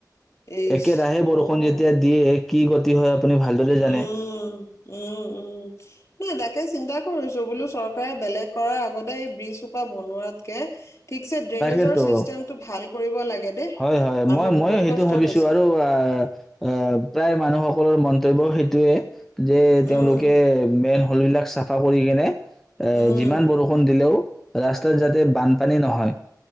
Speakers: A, on the left; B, in the centre.
A: ইচ
B: একেৰাহে
A: অ',
B: বৰষুণ যেতিয়া দিয়ে কি গতি হয় আপুনি ভালদৰে জানে
A: উম উম উম নাই তাকে চিন্তা কৰিছো বোলো চৰকাৰে বেলেগ কৰাৰ আগতে এই ব্ৰিচ সোপা বনোৱাতকে ঠিকছে ড্ৰেইনেজৰ
B: তাকেতো
A: ছিষ্টেমটো ভাল কৰিব লাগে দেই।
B: হয় হয়
A: মানুহৰ
B: মই
A: বহুত
B: ময়ো সেইটো
A: কষ্ট
B: ভাবিছো
A: হৈছে।
B: আৰু আহ প্ৰায় মানুহক সকলৰ মন্তব্য সেইটোৱে যে তেওঁলোকে
A: উম,
B: মেন হলবিলাক চাফা কৰি কেনে এ
A: উম,
B: যিমান বৰষুণ দিলেও ৰাস্তাত যাতে বানপানী নহয়